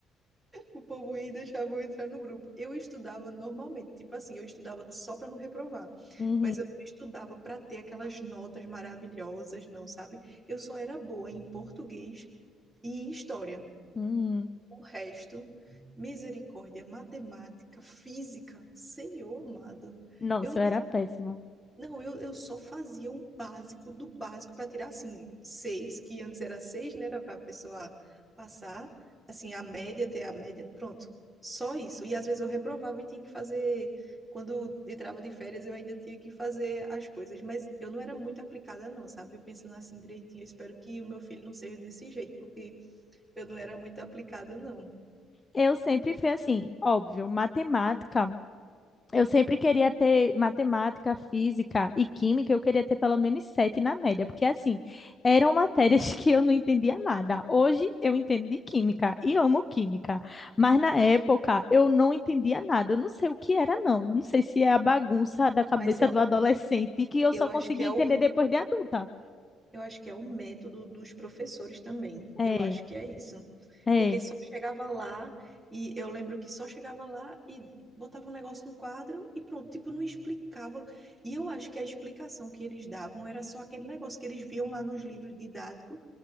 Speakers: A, in the centre; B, on the left (about 30°).
A: o povo ia e deixava eu entrar no grupo. Eu estudava normalmente, tipo assim, eu estudava só para não reprovar.
B: Uhum,
A: Mas eu não estudava para ter aquelas notas maravilhosas, não, sabe? Eu só era boa em português e em história.
B: uhum.
A: O resto, misericórdia, matemática, física, Senhor amado.
B: Nossa,
A: Eu
B: eu
A: disse,
B: era péssima.
A: não, eu, eu só fazia o básico do básico para tirar assim, seis, que antes era seis, né? Era para a pessoa passar, assim, a média, ter a média, pronto. Só isso. E às vezes eu reprovava e tinha que fazer. Quando entrava de férias, eu ainda tinha que fazer as coisas, mas eu não era muito aplicada, não, sabe? Eu pensando assim direitinho, eu espero que o meu filho não seja desse jeito, porque eu não era muito aplicada, não.
B: Eu sempre fui assim, óbvio, matemática. Eu sempre queria ter matemática, física e química, eu queria ter pelo menos sete na média, porque assim, eram matérias <laughs> que eu não entendia nada. Hoje eu entendo de química e amo química, mas
A: Vixe.
B: na época eu não entendia nada. Eu não sei o que era, não. Eu não sei se é a bagunça da cabeça
A: Mas eu,
B: do adolescente que eu
A: eu
B: só
A: acho
B: consegui
A: que é
B: entender
A: o,
B: depois de adulta.
A: eu acho que é o método dos professores também.
B: É,
A: Eu acho que é isso.
B: é,
A: Porque só chegava lá e eu lembro que só chegava lá e botava um negócio no quadro e pronto, tipo, não explicava. E eu acho que a explicação que eles davam era só aquele negócio que eles viam lá nos livros didáticos,